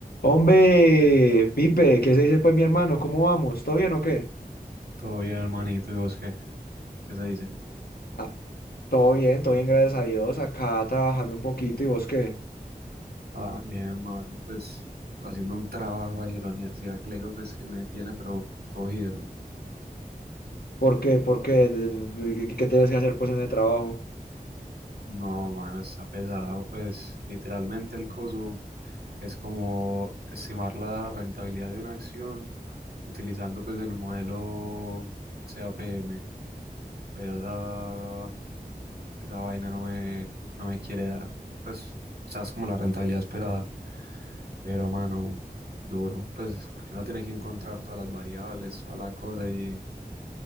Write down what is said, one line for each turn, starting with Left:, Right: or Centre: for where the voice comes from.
Left: Hombre, Pipe, ¿qué se dice pues mi hermano? ¿Cómo vamos? ¿Todo bien o qué?
Right: Todo bien, hermanito, ¿y vos qué? ¿Qué se dice?
Left: Ah, todo bien, todo bien, gracias a Dios. Acá trabajando un poquito, ¿y vos qué?
Right: Ah, bien, hermano, pues haciendo un trabajo ahí de la universidad que le digo, pues que me tiene, pero cogido.
Left: ¿Por qué? ¿Por qué? De- de- ¿Qué, qué tienes que hacer pues en el trabajo?
Right: No, mano, está pesado, pues literalmente el coso es como estimar la rentabilidad de una acción utilizando pues el modelo C A P M pero esa, esa vaina no me, no me quiere dar, pues, o sea, es como la rentabilidad esperada. Pero, mano, duro, pues porque uno tiene que encontrar todas las variables, toda la cosa y